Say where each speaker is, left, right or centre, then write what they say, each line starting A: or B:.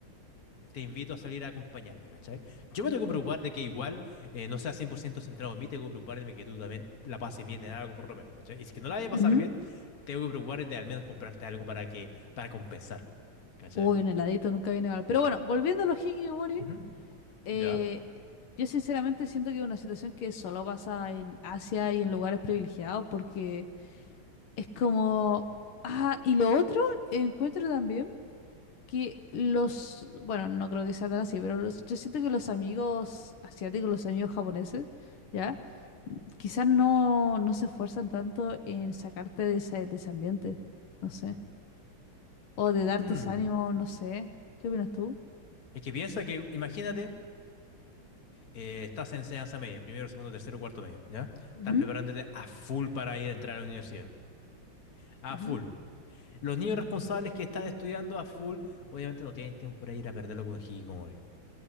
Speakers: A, on the left (about 45°); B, on the left (about 85°).
A: te invito a salir a acompañarme, ¿cachai? Yo me tengo que preocupar de que igual eh, no sea 100% centrado en mí, tengo que preocuparme de que tú también la pases bien en algo por lo menos, ¿cachai? Y si que no la vaya a pasar
B: obvio.
A: bien, tengo que preocuparme de al menos comprarte algo para que, para compensar, ¿cachai?
B: Uy, un heladito nunca viene mal. Pero bueno, volviendo a los hikikomori,
A: Ujú.
B: eh,
A: ¿Ya?
B: yo sinceramente siento que es una situación que solo pasa en Asia y en lugares privilegiados porque es como... Ah, y lo otro, encuentro también que los... Bueno, no creo que sea tan así, pero los- yo siento que los amigos asiáticos, los amigos japoneses, ¿ya? Quizás no, no se esfuerzan tanto en sacarte de ese, de ese ambiente, no sé. O de darte
A: Mm.
B: ese ánimo, no sé. ¿Qué opinas tú?
A: Es que piensa que, imagínate, eh, estás en enseñanza media, primero, segundo, tercero, cuarto medio, ¿ya?
B: Ujú,
A: Estás preparándote a full para ir a entrar a la universidad. A
B: ujú.
A: full. Los niños responsables que están estudiando a full, obviamente no tienen tiempo para ir a perderlo con hikikomori.